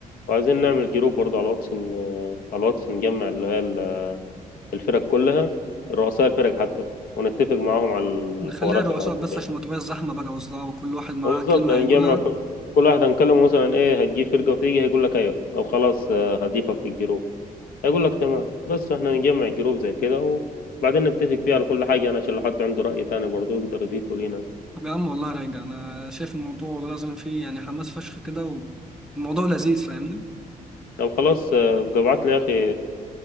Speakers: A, on the left; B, in the centre.
A: وعايزين نعمل جروب برضو على الواتس ان على الواتس نجمع اللي هي ال- الفرق كلها رؤساء الفرق حتى ونتفق معاهم على الحوارات
B: نخليها رؤساء
A: اللي هتكون
B: بس
A: يعني
B: عشان ما تبقاش زحمة بقى وصداع وكل واحد معاه
A: اه بالظبط
B: كلمة
A: نجمع
B: هيقولها
A: كل كل واحد هنكلمه مثلا ايه هتجيب فرقة وتيجي هيقول لك ايوه او خلاص اه، هضيفك في الجروب هيقول لك تمام بس احنا نجمع جروب زي كده وبعدين نتفق فيه على كل حاجة أنا عشان لو حد عنده رأي تاني برضه يقدر يضيفه لينا
B: طب يا عم والله راجع أنا شايف الموضوع والله لازم فيه يعني حماس فشخ كده والموضوع لذيذ فاهمني
A: طب خلاص آه، ابقى ابعت لي يا أخي